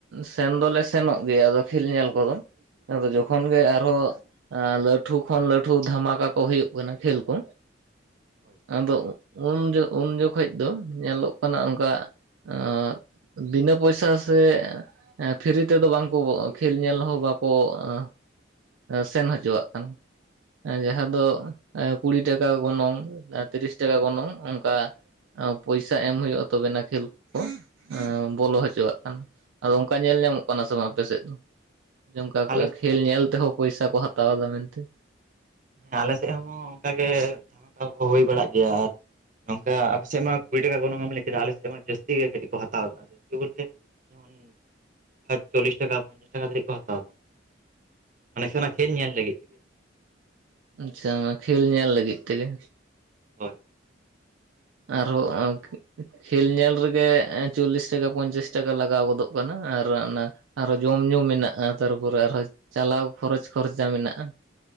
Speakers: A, on the right; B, on the right.
A: ᱥᱮᱱ ᱫᱚᱞᱮ ᱥᱮᱱᱚᱜ ᱜᱮᱭᱟ᱾ ᱟᱫᱚ ᱠᱷᱮᱹᱞ ᱧᱮᱞ ᱠᱚᱫᱚ᱾ ᱟᱫᱚ ᱡᱚᱠᱷᱚᱱ ᱜᱮ, ᱟᱨᱦᱚᱸ ᱞᱟᱹᱴᱷᱩ ᱠᱷᱚᱱ ᱞᱟᱹᱴᱷᱩ ᱫᱷᱟᱢᱟᱠᱟ ᱠᱚ ᱦᱩᱭᱩᱜ ᱠᱟᱱᱟ᱾ ᱠᱷᱮᱹᱞ ᱠᱚ᱾
B: ᱦᱳᱭ
A: ᱟᱫᱚ ᱩᱱ ᱡᱚ, ᱩᱱ ᱡᱚᱠᱷᱚᱡ ᱫᱚ ᱧᱮᱞᱚᱜ ᱠᱟᱱᱟ ᱚᱱᱠᱟ, ᱟᱸᱻ ᱵᱤᱱᱟᱹ ᱯᱚᱭᱥᱟ ᱟ ᱥᱮ ᱯᱷᱨᱤ ᱛᱮᱫᱚ, ᱵᱟᱝᱠᱚ ᱠᱷᱮᱞ ᱧᱮᱞ ᱦᱚᱸ ᱵᱟᱠᱚ ᱮᱸ ᱥᱮᱱ ᱦᱚᱪᱚᱣᱟᱜ ᱠᱟᱱᱟ᱾ ᱡᱟᱦᱟᱸ ᱫᱚ, ᱠᱩᱲᱤ ᱴᱟᱠᱟ ᱜᱚᱱᱚᱝ, ᱛᱤᱨᱤᱥ ᱴᱟᱠᱟ, ᱜᱚᱱᱚᱝ ᱚᱝᱠᱟ᱾ ᱯᱚᱭᱥᱟ ᱮᱢ ᱦᱩᱭᱩᱜᱼᱟ, ᱛᱚᱵᱮᱱᱟ ᱠᱷᱮᱹᱞ ᱠᱚ ᱠᱚ ᱮᱸᱻ ᱵᱚᱞᱚ ᱦᱚᱪᱚᱣᱟᱜ ᱠᱟᱱᱟ᱾ ᱟᱫᱚ ᱚᱝᱠᱟ ᱧᱮᱞ ᱧᱟᱢᱚᱜ ᱠᱟᱱᱟ ᱥᱮ ᱵᱟᱝ ᱟᱯᱮᱥᱮᱫ ᱫᱚ ᱡᱮ ᱚᱝᱠᱟ
B: ᱟᱞᱮ ᱥᱮᱫ
A: ᱠᱷᱮᱹᱞ
B: ᱦᱚᱸ
A: ᱧᱮᱞ
B: ᱢᱟ
A: ᱛᱮᱦᱚᱸ ᱯᱚᱭᱥᱟ ᱠᱚ ᱦᱟᱛᱟᱣ ᱮᱫᱟ ᱢᱮᱱᱛᱮ᱾
B: ᱦᱮᱸ, ᱟᱞᱮ ᱥᱮᱫ ᱦᱚᱸ ᱚᱝᱠᱟᱜ ᱜᱮ <unintelligible> ᱠᱚ ᱦᱩᱭ ᱵᱟᱲᱟᱜ ᱜᱮᱭᱟ ᱟᱨ ᱜᱚᱝᱠᱮ ᱟᱯᱮ ᱥᱮᱫ ᱢᱟ ᱠᱩᱲᱤ ᱴᱟᱠᱟ ᱜᱚᱱᱚᱝ ᱮᱢ ᱞᱮ ᱠᱮᱫᱟ᱾ ᱟᱞᱮ ᱥᱮᱫ ᱢᱟ ᱡᱟᱹᱥᱛᱤ ᱜᱮ ᱠᱟᱹᱴᱤᱡ ᱠᱚ ᱦᱟᱛᱟᱣ ᱮᱫᱟ᱾ <unintelligible> ᱡᱮᱢᱚᱱ ᱪᱚᱞᱤᱥ ᱴᱟᱠᱟ ᱯᱚᱧᱪᱟᱥ ᱴᱟᱠᱟ ᱫᱷᱵᱤᱡ ᱠᱚ ᱦᱟᱛᱟᱣ ᱮᱫᱟ ᱾ ᱢᱟᱱᱤᱥᱟ ᱨᱮᱱᱟᱜ ᱠᱷᱮᱞ ᱧᱮᱞ ᱞᱟᱹᱜᱤᱫ᱾ ᱛᱮᱜᱮ
A: ᱟᱪᱷᱟ, ᱠᱷᱮᱞ ᱧᱮᱞ ᱞᱟᱹᱜᱤᱫ ᱛᱮᱜᱮ᱾
B: ᱦᱳᱭ
A: ᱟᱨᱦᱚᱸ ᱠᱷᱮᱹᱞ ᱧᱮᱞ ᱨᱮᱜᱮ, ᱪᱚᱞᱞᱤᱥ ᱴᱟᱠᱟ, ᱯᱚᱧᱪᱟᱥ ᱴᱟᱠᱟ, ᱞᱟᱜᱟᱣ ᱜᱚᱫᱚᱜ ᱠᱟᱱᱟ᱾ ᱟᱨ ᱚᱱᱟ ᱟᱨᱚ ᱡᱚᱢ ᱧᱩ ᱢᱮᱱᱟᱜᱼᱟ᱾ ᱛᱟᱨᱯᱚᱨᱮ ᱟᱨᱦᱚᱸ ᱪᱟᱞᱟᱣ ᱠᱷᱚᱨᱚᱪ ᱠᱷᱚᱨᱪᱟ ᱢᱮᱱᱟᱜᱼᱟ᱾